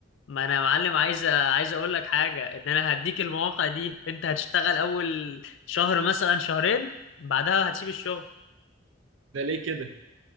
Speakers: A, on the left; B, on the right.
A: ما انا يا معلم عايز عايز اقول لك حاجة ان انا هديك المواقع دي انت هتشتغل اول شهر مثلا شهرين بعدها هتسيب الشغل
B: ده ليه كده